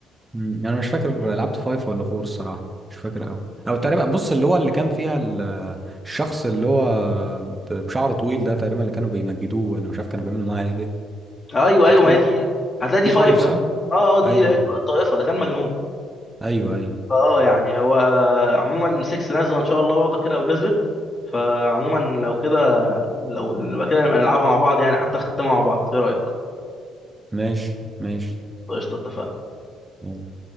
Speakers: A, on the right; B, on the left.
A: مم. يعني انا مش فاكر لعبت فايف ولا فور الصراحه مش فاكر قوي او تقريبا بص اللي هو اللي كان فيها ال- الشخص اللي هو ب- بشعر طويل ده تقريبا اللي كانوا بيمجدوه ولا مش عارف كانوا بيعملوا معاه ايه دي
B: ايوه
A: مش
B: ايوه ما
A: عارف
B: هي دي
A: دي,
B: هتلاقي دي
A: دي
B: 5
A: فايف صح
B: اه اه دي
A: ايوه
B: الطائفه ده كان مجنون
A: ايوه ايوه
B: اه يعني هو عموما 6 نازله ان شاء الله برضه كده او نزلت فعموما لو كده لو نبقى كده نبقى نلعبها مع بعض يعني حتى نختمها مع بعض ايه رايك
A: ماشي ماشي
B: قشطه اتفقنا
A: يلا.